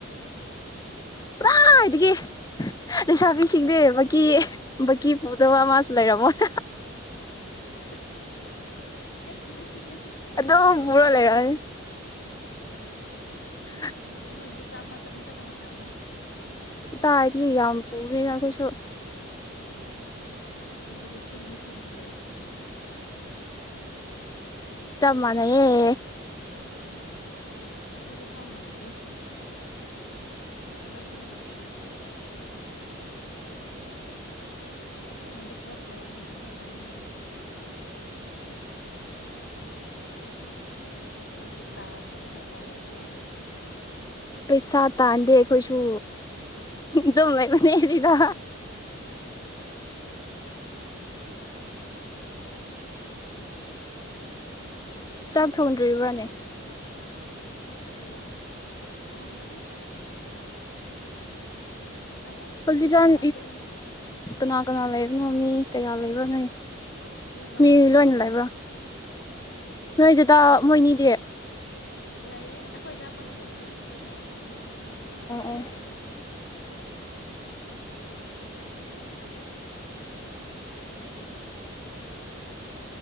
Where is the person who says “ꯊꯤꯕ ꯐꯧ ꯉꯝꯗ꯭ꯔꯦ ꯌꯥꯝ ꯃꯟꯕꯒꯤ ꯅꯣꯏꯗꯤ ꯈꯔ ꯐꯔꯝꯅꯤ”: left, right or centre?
Left